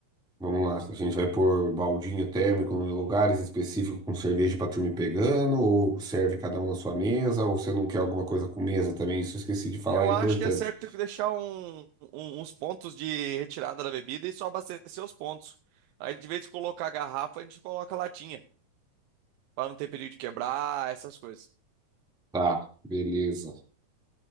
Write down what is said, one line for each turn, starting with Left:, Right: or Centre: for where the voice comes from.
Centre: Vamos lá. A gente vai pôr baldinho térmico em lugares específicos com cerveja pra turma ir pegando, ou serve cada um na sua mesa, ou você não quer alguma coisa com mesa também. Isso eu esqueci de falar,
Right: Eu
Centre: é importante.
Right: acho que é certo deixar um- um- uns pontos de retirada da bebida e só abastecer os pontos. Aí, de vez em colocar a garrafa, a gente coloca a latinha, para não ter perigo de quebrar, essas coisas.
Centre: Tá, beleza.